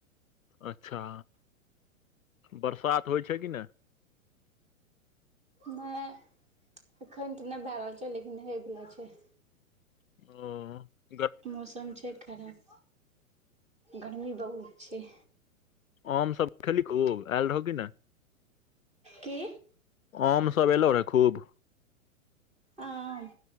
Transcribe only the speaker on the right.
नै एखन तऽ नहि भए रहल छै लेकिन होइवला छै
मौसम छै खराब गर्मी बहुत छै
की
आम